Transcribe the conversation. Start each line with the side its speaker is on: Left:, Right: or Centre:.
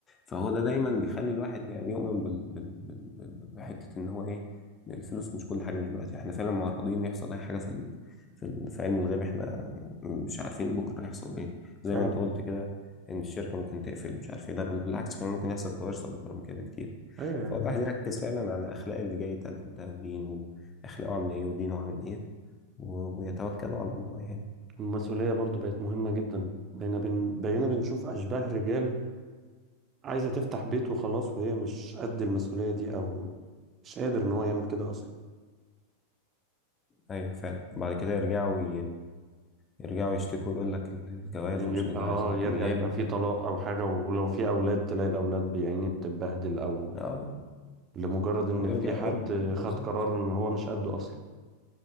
Left: فهو ده دايما بيخلي الواحد يعني يؤمن بال... بال... بال... بحتة ان هو ايه إن الفلوس مش كل حاجة دلوقتي احنا فعلا معرضين إن يحصل اي حاجة في ال... في ال... في علم الغيب احنا مش عارفين بكرة هيحصل ايه زي
Right: فعلا
Left: ما انت قلت كده ان الشركة ممكن تقفل مش عارف ايه ده بل بالعكس كمان ممكن يحصل كوارث اكبر من كده بكتير
Right: ايوه يعني
Left: فالواحد يركز فعلا على اخلاق اللي جاي يتقدم ده ودينه اخلاقه عامل ايه ودينه عامل ايه و... ويتوكلوا على الله يعني
Right: المسؤولية برضو بقت مهمة جدا بقينا بن... بقينا بنشوف أشباه رجال عايزة تفتح بيت وخلاص وهي مش قد المسؤولية دي أو مش قادر إن هو يعمل كده أصلا
Left: ايوه فعلا بعد كده يرجعوا يرجعوا يشتكوا يقول لك ال- الجواز
Right: يعني
Left: ومش
Right: يبقى
Left: الجواز
Right: اه
Left: لكن
Right: يرجع
Left: العيب
Right: يبقى في طلاق أو حاجة و- ولو في أولاد تلاقي الأولاد يعني بتتبهدل أو
Left: اه
Right: لمجرد إن
Left: ويرجع
Right: في حد
Left: ويرجع بالظبط
Right: خد قرار إن هو مش قده أصلا